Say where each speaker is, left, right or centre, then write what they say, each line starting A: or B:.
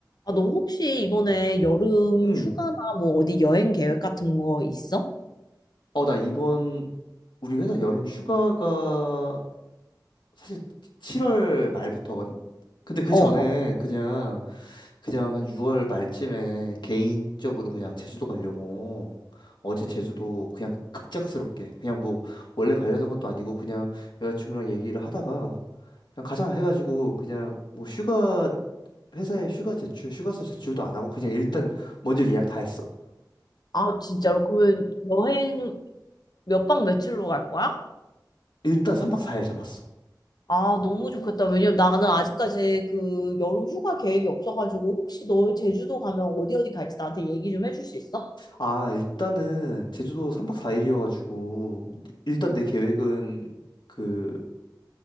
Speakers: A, on the left; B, on the left.
A: 아, 너 혹시 이번에 여름
B: 응.
A: 휴가나 뭐 어디 여행 계획 같은 거 있어?
B: 어, 나 이번 우리 회사 여름 휴가가 사실 7월 말부터거든? 근데 그
A: 어,
B: 전에
A: 어.
B: 그냥 그냥 한 6월 말쯤에 개인적으로 그냥 제주도 가려고 어제 제주도 그냥 급작스럽게 그냥 뭐 원래 가려던 것도 아니고 그냥 여자친구랑 얘기를 하다가 그냥 가자 해가지고 그냥 뭐 휴가 회사에 휴가 제출 휴가서 제출도 안 하고 그냥 일단 먼저 예약 다 했어.
A: 아, 진짜로? 그러면 여행 몇 박 며칠로 갈 거야?
B: 일단 3박 4일 잡았어.
A: 아, 너무 좋겠다. 왜냐면 나는 아직까지 그 여름 휴가 계획이 없어가지고 혹시 너 제주도 가면 어디 어디 갈지 나한테 얘기 좀 해줄 수 있어?
B: 아, 일단은 제주도 3박 4일이어가지고 일단 내 계획은 그